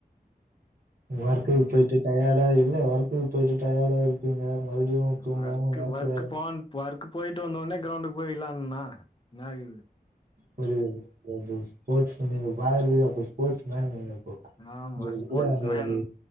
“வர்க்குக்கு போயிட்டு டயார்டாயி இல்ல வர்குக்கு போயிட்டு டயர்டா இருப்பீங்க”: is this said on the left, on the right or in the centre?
Right